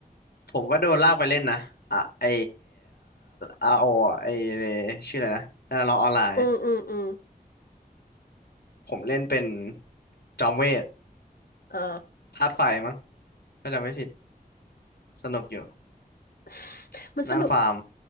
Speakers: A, on the left; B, on the left.
A: ผมก็โดนลากไปเล่นนะอ่ะไออาโอไอชื่ออะไรนะนั่นเราออนไลน์
B: อืมอืมอืม
A: ผมเล่นเป็นจอมเวท
B: เออ
A: ธาตุไฟมั้งถ้าจำไม่ผิดสนุกอยู่
B: <laughs> มันสนุก
A: นั่งฟาร์ม